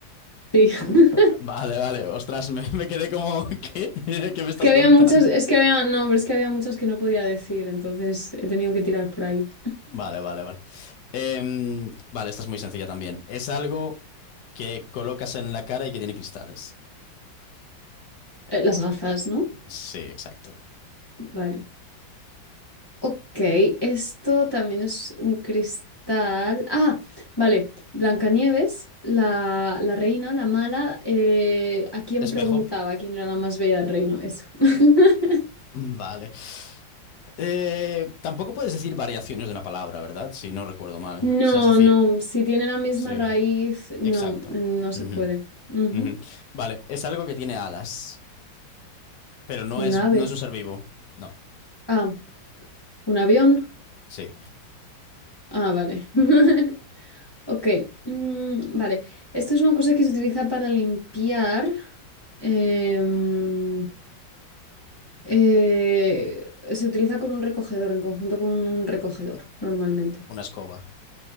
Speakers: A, on the left (about 25°); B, on the left (about 65°).
A: Sí. <laughs>
B: Vale, vale. Ostras, me, me quedé como... ¿Qué? <laughs> ¿Qué me estás
A: Es que había
B: contando?
A: muchos, es que había, no, pero es que había muchos que no podía decir, entonces he tenido que tirar por ahí.
B: Vale, vale, vale. Em, vale, esta es muy sencilla también. Es algo que colocas en la cara y que tiene cristales.
A: Eh, las gafas, ¿no?
B: Sí, exacto.
A: Vale. Ok, esto también es un cristal. Ah, vale. Blancanieves, la, la reina, la mala. eh, ¿a quién
B: Espejo.
A: preguntaba quién era la más bella del reino? Eso. <laughs>
B: Vale. Eh, tampoco puedes decir variaciones de una palabra, ¿verdad? Si no recuerdo mal. O
A: No,
B: sea, es decir,
A: no, si tiene la misma
B: Sí,
A: raíz, no,
B: exacto.
A: no se
B: Ujú,
A: puede. Ujú.
B: ujú. Vale, es algo que tiene alas, pero no
A: Un
B: es,
A: ave.
B: no es un ser vivo. No,
A: Ah, un avión.
B: sí,
A: Ah, vale. <laughs> Ok, mm, vale. Esto es una cosa que se utiliza para limpiar. em, Eh, se utiliza con un recogedor, en conjunto con un recogedor, normalmente.
B: una escoba.